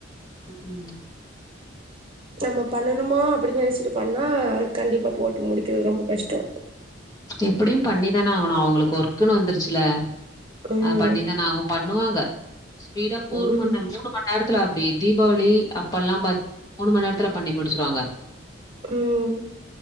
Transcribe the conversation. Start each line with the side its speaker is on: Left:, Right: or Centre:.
Left: ம் ம்
Right: நம்ம பண்ணணுமா அப்பிடின் நெனச்சிட்டு பண்ணா கண்டிப்பா போட்டு முடிக்கிறது ரொம்ப கஷ்டோ
Left: எப்பிடியு பண்ணிதான ஆவுணு அவுங்குளுக்கு ஒர்க்குனு வந்துருச்சுல
Right: ம்
Left: அத பண்ணிதான ஆவு பண்ணுவாங்க ஸ்பீடா ஒரு
Right: ம்
Left: மண்நேம் மூணு மண் நேர த்துல அப்டி தீபாவளி அப்பல்லா பா மூணு மண்நேரத்துல பண்ணி முடிச்சுருவாங்க
Right: ம்